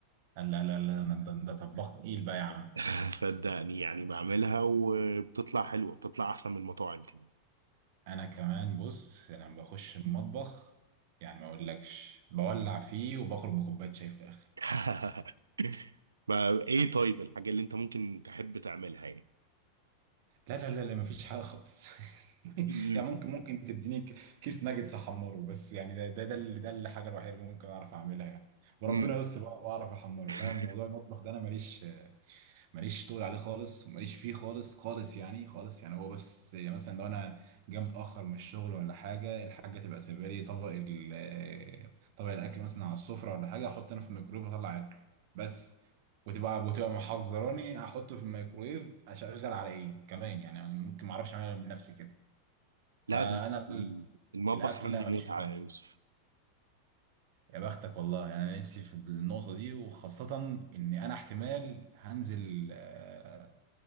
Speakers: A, on the right; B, on the right.
A: قال لا لا لا ده ده- ده طباخ تقيل بقى يا عم
B: <laughs> صدقني يعني بعملها وبتطلع حلوه بتطلع احسن من المطاعم كمان
A: انا كمان بص لما بخش المطبخ يعني ما اقولكش بولع فيه وبخرج بكوبايه شاي في الاخر
B: <laughs> ما ايه طيب الحاجه اللي انت ممكن تحب تعملها يعني
A: لا لا لا لا مفيش حاجه خالص <laughs>
B: امم
A: يعني ممكن ممكن تديني ك- كيس ناجتس احمره بس يعني ده ده ده اللي ده اللي الحاجه الوحيده اللي ممكن اعرف اعملها يعني وربنا
B: أمم.
A: يستر بقى واعرف احمره لا
B: <laughs>
A: موضوع المطبخ ده انا ماليش ماليش طول عليه خالص وماليش فيه خالص خالص يعني خالص يعني هو بس يعني مثلا لو انا جاي متاخر من الشغل ولا حاجه الحاجه تبقى سايبه لي طبق ال- طبق الاكل مثلا على السفره ولا حاجه احط انا في الميكرويف واطلع اكل بس وتبقى وتبقى محذراني هحطه في الميكرويف اشغل على ايه كمان يعني انا ممكن ما اعرفش اعملها بنفسي كده فانا
B: لا ده
A: ال-
B: المطبخ
A: الاكل
B: عندي
A: لا
B: متعه
A: ماليش فيه خالص
B: يا يوسف
A: يا بختك والله يعني انا نفسي في النقطه دي وخاصه ان انا احتمال هنزل آه،